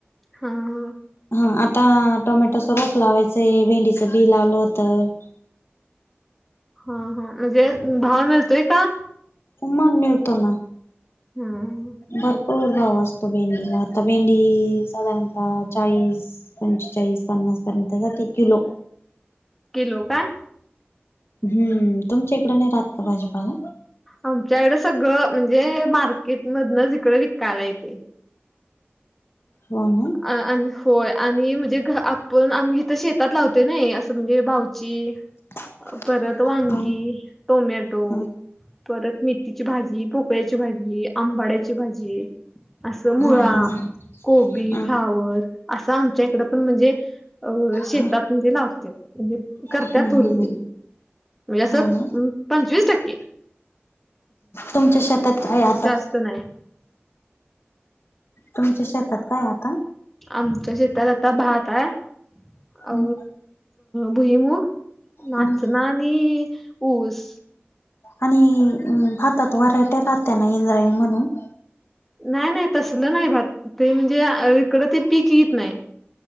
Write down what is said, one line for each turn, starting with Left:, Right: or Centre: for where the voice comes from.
Centre: हा.
Left: हा आता टोमॅटोच रोप लावायचंय भेंडीचं बी लावलं होत.
Centre: हा हा म्हणजे भाव मिळतोय का?
Left: उुम्हाग नितो ना.
Centre: हम.
Left: भरपूर भाव असतो भेंडीला आता भेंडी साधारणत चाळीस कोचास पन्नास पर्यंत क त किलो
Centre: केलो काय?
Left: हम्म तुमच्या इकडे नाही राहत का भाजीपाला
Centre: आमच्याकडें सगळं म्हणजे मार्केटमधून इकडे विकायला येते.
Left: हो ना.
Centre: अ आणि होय आणि म्हणजे घ आपण आम्ही इथं शेतात लावतो नाही असं म्हणजे भाऊची
Left: <unintelligible>
Centre: परत वांगी
Left: हा
Centre: टोमॅटो
Left: हा
Centre: परत मथीची भाजी पोक कपऱ्याची भाजी आंबाड्याची भाजी असं मुळा
Left: हा हा हा
Centre: कोबी
Left: हा
Centre: वर असं आमच्या इकड पण म्हणजे शेतात
Left: हा
Centre: म्हणजे लावते. म्हणजे करत
Left: हा
Centre: थोडी
Left: हा
Centre: थोडी म्हणजे असं
Left: हा ना
Centre: पंचवीस टक्के.
Left: तुमच्या शेतात काय आता
Centre: जास्त नाही आहे.
Left: तुमच्या शेतात काय आता
Centre: आमच्या शेतात आता भात आहे.
Left: हम्
Centre: अ भुई मूग नाचना
Left: हम
Centre: आणि ऊस
Left: आणि भातात वऱयट्या राहत्याना येंद्राणी म्हणून
Centre: नाही नाही तसलं नाही भ ते म्हणजे इकड ते पीक येत नाही.